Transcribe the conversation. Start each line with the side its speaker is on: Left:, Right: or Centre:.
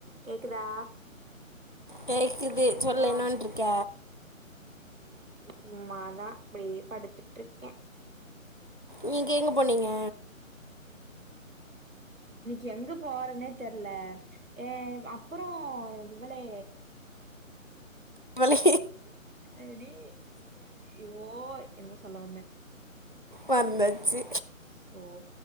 Right: கேக்குதா
Left: கேக்குது
Right: கேக்குதா
Left: சொல்லு என்ன பண்றுக்க
Right: சும்மாதா அப்டியே படுத்துட்ருக்கே
Left: நீங்க எங்க போனிங்க
Right: இன்னிக்கு எங்க போறத்னே தெர்ல ஏ அப்றோ இவளே
Left: இவளே
Right: அடி யோ என்னமோ சொல்ல வந்தே
Left: வந்தாச்சி
Right: சோ